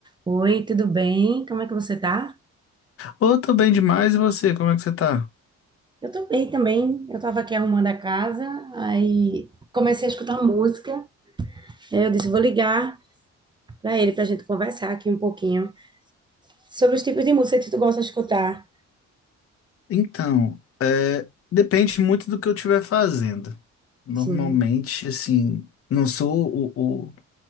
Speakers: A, on the right; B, on the left.
A: Oi, tudo bem? Como é que você tá?
B: Ô, eu tô bem demais, e você? Como é que você tá?
A: Eu tô bem também. Eu tava aqui arrumando a casa, aí comecei a escutar música. Aí Eu disse, vou ligar pra ele pra gente conversar aqui um pouquinho sobre os tipos de música que tu gosta de escutar.
B: Então, depende muito do que eu estiver fazendo. Normalmente,
A: Sim.
B: assim, não sou o, o,